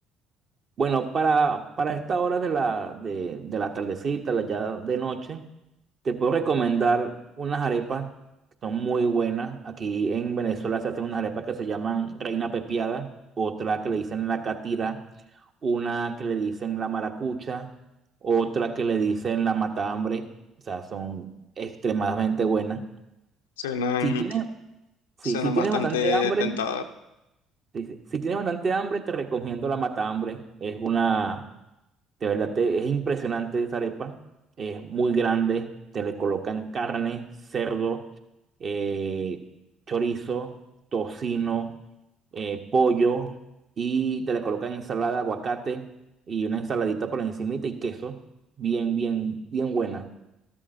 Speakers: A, on the right (about 40°); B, on the left (about 75°).
A: Bueno, para, para esta hora de la, de, de la tardecita, la ya de noche, te puedo recomendar unas arepas que son muy buenas. Aquí en Venezuela se hacen unas arepas que se llaman Reina Pepiada, otra que le dicen la catira, una que le dicen la maracucha, otra que le dicen la matahambre. O sea, son extremadamente buenas.
B: Suenan,
A: Si tienes, si,
B: suenan
A: si tienes
B: bastante
A: bastante hambre,
B: tentadoras.
A: si, si si tienes bastante hambre, te recomiendo la matahambre. Es una de verdad, te- es impresionante esa arepa. Es muy grande. Te le colocan carne, cerdo, eh, chorizo, tocino, eh, pollo y te le colocan ensalada, aguacate y una ensaladita por encimita y queso. Bien, bien, bien buena.